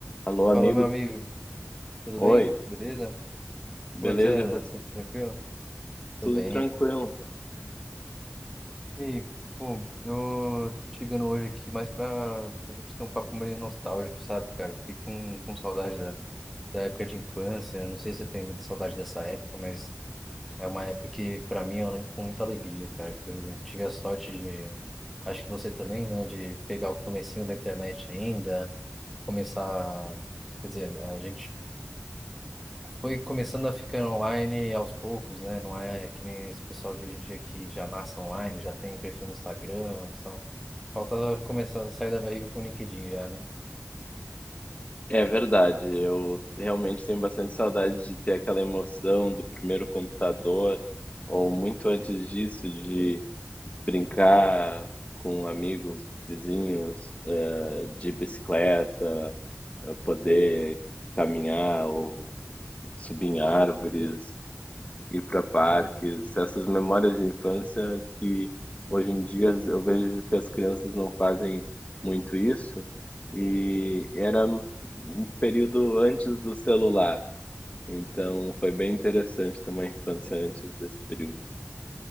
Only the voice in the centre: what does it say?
Fala, meu amigo. Tudo
bem? Beleza?
Como é que você anda?
Tranquilo? Tô
bem,
cara. E aí, pô, eu tô te ligando hoje aqui mais pra, pra gente ter um papo meio nostálgico, sabe, cara? Fiquei com, com saudade da, da época de infância. Não sei se você tem muita saudade dessa época, mas é uma época que, pra mim, eu lembro com muita alegria, cara. Que eu tive a sorte de, acho que você também, né, de pegar o comecinho da internet ainda, começar. Quer dizer, a gente. foi começando a ficar online aos poucos, né? Não é que nem esse pessoal de hoje em dia que já nasce online, já tem perfil no Instagram, só. Falta começar a sair da barriga com o LinkedIn já, né?
Pô,